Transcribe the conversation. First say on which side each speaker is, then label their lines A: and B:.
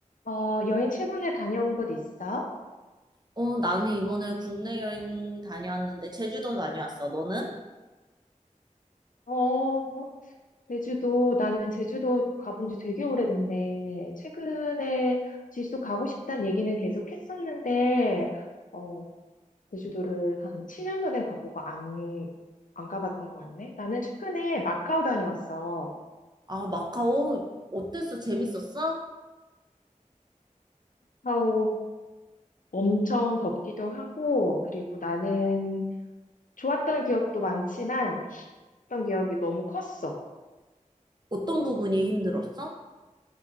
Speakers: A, on the left (about 75°); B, on the right (about 30°).
A: 어, 여행 최근에 다녀온 곳 있어?
B: 어, 나는 이번에 국내 여행 다녀왔는데 제주도 다녀왔어. 너는?
A: 어, 제주도, 나는 제주도 가본 지 되게 오래됐네. 최근에 제주도 가고 싶다는 얘기는 계속 했었는데, 어, 제주도를 한 7년 전에 가보고 안, 안 가봤던 것 같네. 나는 최근에 마카오 다녀왔어.
B: 아, 마카오 어땠어? 재밌었어?
A: 마카오 엄청 덥기도 하고, 그리고 나는 좋았던 기억도 많지만, 했던 기억이 너무 컸어.
B: 어떤 부분이 힘들었어?